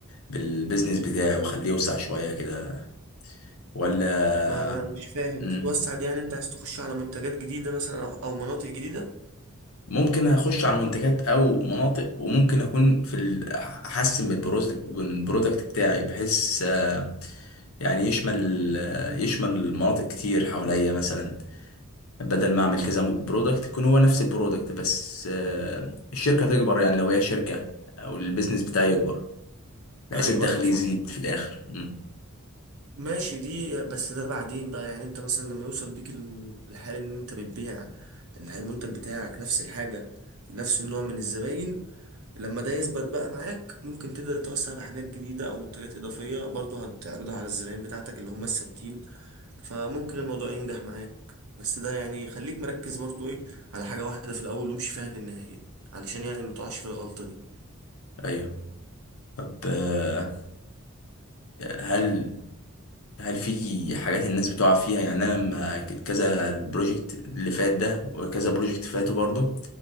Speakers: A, on the left; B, on the right.
A: بالبيزنس بتاعي واخليه يوسع شويه كده ولا
B: ما انا مش فاهم
A: مم.
B: تتوسع دي يعني انت عايز تخش على منتجات جديدة مثلا او أو مناطق جديدة
A: ممكن اخش على منتجات او مناطق وممكن اكون في ال- احسن من البروز- من البرودكت بتاعي بحيث آه، يعني يشمل آه،
B: مم.
A: يشمل مناطق كتير حواليا مثلا بدل ما اعمل كذا مو- برودكت يكون هو نفس البرودكت بس آه، الشركة تكبر يعني لو هي شركة او البيزنس بتاعي يكبر بحيث
B: ايوه
A: الدخل
B: ايوه فاهمك
A: يزيد في الاخر مم.
B: ماشي دي بس ده بعدين بقى يعني انت مثلا لما يوصل بيك ال- الحال ان انت بتبيع الح- المنتج بتاعك نفس الحاجة نفس النوع من الزباين لما ده يثبت بقى معاك ممكن تبدأ توسع بحاجات جديدة او منتجات اضافية برضه هتعرضها على الزباين بتاعتك اللي هم الثابتين فممكن الموضوع ينجح معاك بس ده يعني خليك مركز برضه ايه على حاجة واحدة في الاول وامشي فيها للنهاية علشان يعني متقعش في الغلطة دي
A: ايوه طب آه، هل هل في حاجات الناس بتقع فيها يعني انا لما كذا البروجكت اللي فات ده وكذا بروجكت فاتوا برضه